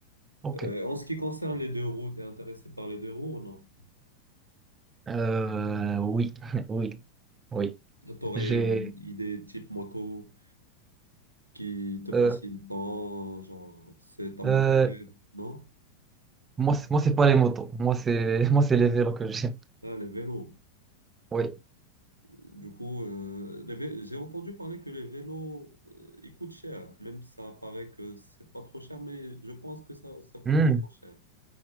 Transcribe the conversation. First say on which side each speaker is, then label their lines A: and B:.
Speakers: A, on the right; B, on the right.
A: Ok.
B: Euh, en ce qui concerne les deux roues, t'es intéressé par les deux roues ou non?
A: Euh, oui, <laughs> oui, oui.
B: T'aurais
A: J'ai.
B: une idée type moto qui te fascine
A: euh,
B: tant, genre, c'est ta moto
A: euh,
B: de rêve, non?
A: moi, c'est- moi, c'est pas les motos. Moi, c'est <laughs> moi, c'est les vélos que j'aime.
B: Ah, les vélos.
A: Oui.
B: Euh, Du coup, euh, les vé- j'ai entendu parler que les vélos, euh, ils coûtent cher. Même ça paraît que c'est pas trop cher, mais je pense que ça, ça coûte
A: Hmm.
B: vraiment cher.